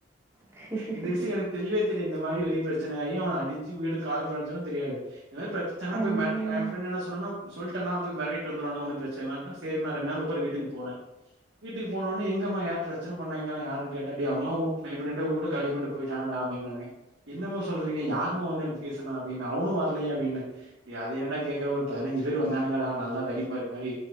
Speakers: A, on the right; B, on the right.
A: அதான்.
B: இந்த விசய எனக்கு தெரியவே தெரிய இந்த மாரி பெரிய பிரச்சனை ஆகி அவன அடிச்சு வீடு காலி பண்ண வச்சது தெரியாது ஏதாது பிரச்சனை
A: அதான்,
B: போய் மிரட்டி
A: அதான்,
B: எ
A: அதான்.
B: ஃபிரண்டு என்ன சொன்னான சொல்ட்டன போய் மெரட்டிட்டு வந்துடுவானுங்க ஒன்னு பிரச்சனை வேண்டா சேரினு நா ரெண்டு நாளு ப்பர் வீட்டுக்கு போறே வீட்டுக்கு போன்னவொனே எங் எங்கம்மா யார் பிரச்சனை பண்ணாங்களா யாருனு கேட்ட டேய் அவங்களா வு நைட்டுடோட நைட்டா வூட்ட காலி பண்ணிட்டு போயிட்டாங்காடா அப்பிடின்னாங்க என்னமா சொல்றீங்க யாருமா வந்து அப்டி பேசுனா அப்டின்ன அவனு வரலயே அப்டின்ன டேய் அத ஏன்டா கேக்குற ஒரு பதினஞ்சு பேரு வந்தானுங்க டா நல்லா தடி மாடு மாரி